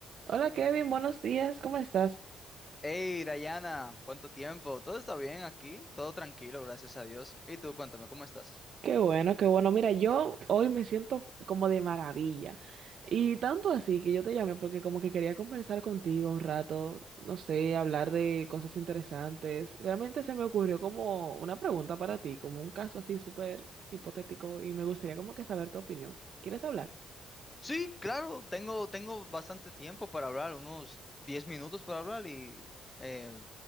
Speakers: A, on the right (about 60°); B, on the left (about 15°).
A: Hola Kevin, buenos días, ¿cómo estás?
B: Hey, Dayana, ¿cuánto tiempo? ¿Todo está bien aquí? Todo tranquilo, gracias a Dios. ¿Y tú, cuéntame, cómo estás?
A: Qué bueno, qué bueno. Mira, yo hoy me siento como de maravilla. Y tanto así que yo te llamé porque como que quería conversar contigo un rato, no sé, hablar de cosas interesantes. Realmente se me ocurrió como una pregunta para ti, como un caso así súper hipotético y me gustaría como que saber tu opinión. ¿Quieres hablar?
B: Sí, claro, tengo, tengo bastante tiempo para hablar, unos 10 minutos para hablar y... eh,